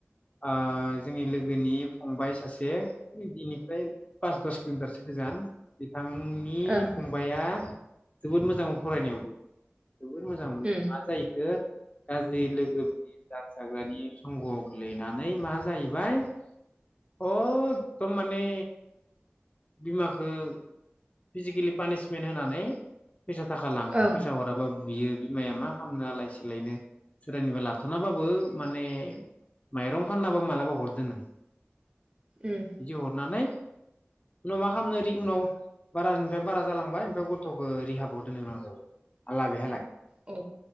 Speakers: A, on the left; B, on the right.
A: ओ जोंनि लोगोनि फंबाय सासेनि पास दस किल'मिटारसो गोजान आंनि
B: ओं
A: फंबाया जोबोद मोजां फरायनायावबो जोबोर मोजां मा
B: उम
A: जाहैखो गाज्रि लोगो बिदि द्रागस जाग्रानि संग गोलैनानै मा जाहैबाय अकदम माने बिमाखो फिजिकेलि पानिसमेन्ट होनानै फैसा थाखा लाङो
B: ओं
A: फैसा हराबा बु बुयो बिमाया मा खालामनो आलाय सिलायनो सोरनिफ्राय लाथनाबाबो माने माइरं फाननाबो मालाबा हरदोनो
B: उम
A: बिदि हरनानै उनाव मा खालामनो रि उनाव बारानिफ्राय बारा जालांबाय ओमफ्राय गथखौ रिहाबाव दोननो गोनां जाबाय आला बेहालागै
B: औ